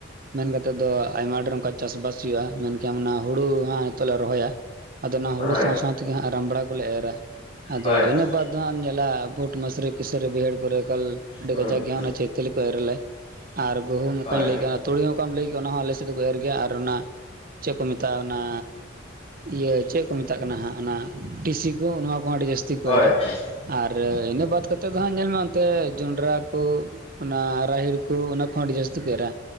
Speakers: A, on the right (about 45°); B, on the left (about 30°).
A: ᱢᱮᱱ ᱠᱟᱛᱮᱫ ᱫᱚ ᱟᱭᱢᱟ ᱰᱷᱮᱨ ᱚᱱᱠᱟ ᱪᱟᱥ ᱵᱟᱥ ᱦᱳᱭᱳᱜᱼᱟ ᱢᱮᱱ ᱠᱮᱭᱟᱢ ᱚᱱᱟ ᱦᱳᱲᱳ ᱦᱟᱸᱜ ᱱᱤᱛᱚᱜ ᱞᱮ ᱨᱚᱦᱚᱭᱟ ᱟᱫᱚ ᱚᱱᱟ ᱦᱳᱲᱳ
B: ᱦᱳᱭ
A: ᱥᱟᱶ ᱥᱟᱶ ᱛᱮᱜᱮ ᱦᱟᱸᱜ ᱨᱟᱢᱲᱟ ᱠᱚᱞᱮ ᱮᱨᱟ ᱟᱫᱚ
B: ᱦᱳᱭ ᱦᱳᱭ
A: ᱤᱱᱟᱹ ᱵᱟᱫᱽ ᱫᱚ ᱦᱟᱸᱜ ᱮᱢ ᱧᱮᱞᱟ ᱵᱷᱩᱴ ᱢᱟᱹᱥᱨᱤ <unintelligible> ᱵᱟᱹᱭᱦᱟᱹᱲ ᱠᱚᱨᱮ ᱮᱠᱟᱞ ᱟᱹᱰᱤ
B: ᱦᱩᱸ
A: ᱠᱟᱡᱟᱠ
B: ᱦᱩᱸ
A: ᱜᱮ ᱚᱱᱟ ᱪᱟᱹᱭᱛᱟᱹᱞᱤ ᱠᱚ ᱮᱨ ᱟᱞᱮ ᱟᱨ ᱜᱩᱦᱩᱢ ᱚᱠᱟᱹᱧ
B: ᱦᱳᱭ
A: ᱞᱟᱹᱭ ᱠᱮᱫᱟ ᱛᱩᱲᱤ ᱚᱠᱟᱢ ᱞᱟᱹᱭ ᱠᱮᱫᱼᱟ ᱚᱱᱟ ᱦᱚᱸ ᱟᱞᱮ ᱥᱮᱫ ᱫᱚᱠᱚ ᱮᱨ ᱜᱮᱭᱟ ᱟᱨ ᱚᱱᱟ ᱪᱮᱫ ᱠᱚ ᱢᱮᱛᱟᱜᱼᱟ ᱚᱱᱟ ᱤᱭᱟᱹ ᱪᱮᱫ ᱠᱚ ᱢᱮᱛᱟᱜ ᱠᱟᱱᱟ ᱦᱟᱸᱜ ᱚᱱᱟ ᱴᱤᱥᱤ ᱠᱚ ᱱᱚᱣᱟ ᱠᱚᱦᱚᱸ ᱟᱹᱰᱤ ᱡᱟᱹᱥᱛᱤ ᱠᱚ
B: ᱦᱳᱭ
A: ᱮᱨᱟ
B: ᱦᱳᱭ
A: ᱟᱨ ᱤᱱᱟᱹ ᱵᱟᱫᱽ ᱠᱟᱛᱮᱫ ᱫᱚ ᱦᱟᱸᱜ ᱧᱮᱞ ᱢᱮ ᱛᱮ ᱡᱚᱸᱱᱰᱨᱟ ᱠᱚ ᱚᱱᱟ ᱨᱟᱦᱮᱲ ᱠᱚ ᱚᱱᱟ ᱠᱚᱦᱚᱸ ᱟᱹᱰᱤ ᱡᱟᱹᱥᱛᱤ ᱠᱚ ᱮᱨᱟ